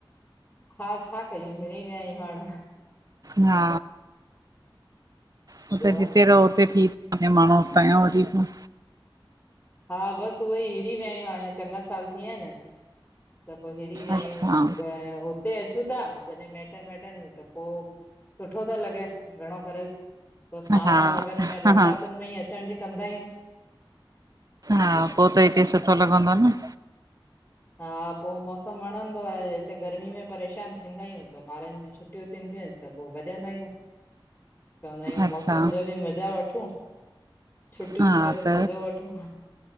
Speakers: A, on the left; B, on the right.
A: हा छा कयूं हिरी विया आयूं हाणे।
B: हा, हु
A: ॿियो
B: त जिते रहो उते थी थो वञे माण्हू हुतां यों वरी पो।
A: हा बस उहे ई हिरी विया आयूं हाणे चङा साल थी विया आहिन। त पो हिरी विया
B: अच्छा
A: आयूं, हुते अचूं था जॾहिं मायटनि वायटनि में त पो सुठो थो लॻे, घणो करे। पो सावण
B: हा
A: वग़ैरह में
B: हा
A: बरसातुनि में ई अचण जी कंदा आयूं।
B: हा पो त हिते सुठो लॻंदो न।
A: हा पो मौसमु वणंदो आहे, हिते गर्मी में परेशान थींदा आहियूं त ॿारनि जी छुट टियूं थींदियूं आहिनि त पो भॼंदा आयूं। चवंदा आयूं
B: अच्छा
A: मौसम जो बि मज़ा वठूं। छुटियुनि
B: हा
A: ज बि
B: त
A: मज़ो वठूं।